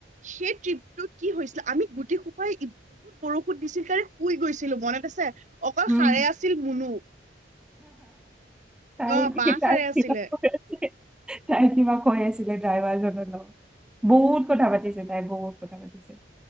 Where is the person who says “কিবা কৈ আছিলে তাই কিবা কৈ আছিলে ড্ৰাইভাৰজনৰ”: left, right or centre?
Centre